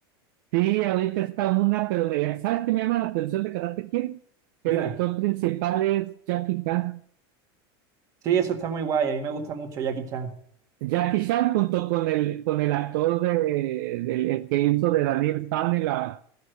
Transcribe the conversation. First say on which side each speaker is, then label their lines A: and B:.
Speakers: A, on the right; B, on the right.
A: Sí, ahorita está una, pero me- ¿sabes qué me llama la atención de Karate Kid? Que
B: Dime.
A: el actor principal es Jackie Chan.
B: Sí, eso está muy guay. A mí me gusta mucho Jackie Chan.
A: Jackie Chan junto con el, con el actor de, del el que hizo de Daniel San en la,